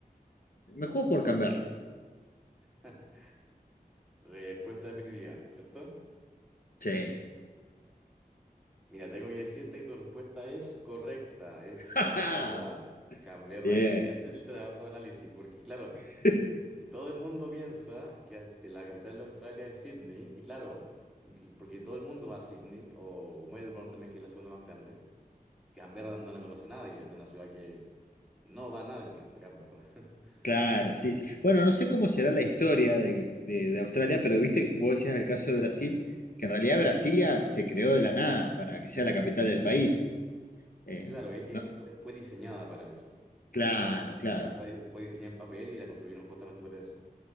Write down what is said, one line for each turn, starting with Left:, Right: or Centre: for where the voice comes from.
Left: Me juego por Canberra.
Centre: <laughs> Respuesta definitiva, ¿cierto?
Left: Sí.
Centre: Mira, tengo que decirte que tu respuesta es correcta, es
Left: <laughs>
Centre: Canberra. Canberra,
Left: Bien.
Centre: excelente el trabajo de análisis, porque claro,
Left: <laughs>
Centre: todo el mundo piensa que la capital de Australia es Sydney, y claro, porque todo el mundo va a Sydney, o Melbourne también, que es la segunda más grande. Canberra no la conoce nadie, es una ciudad que no va nadie a Canberra. <laughs>
Left: Claro, sí, sí. Bueno, no sé cómo será la historia de, de- de Australia, pero viste, vos decías el caso de Brasil, que en realidad Brasilia se creó de la nada para que sea la capital del país. Eh,
Centre: Claro, eh, eh,
Left: no,
Centre: fue, fue diseñada para eso.
Left: claro,
Centre: Está-
Left: claro.
Centre: está- fue diseñada en papel y la construyeron justamente para eso.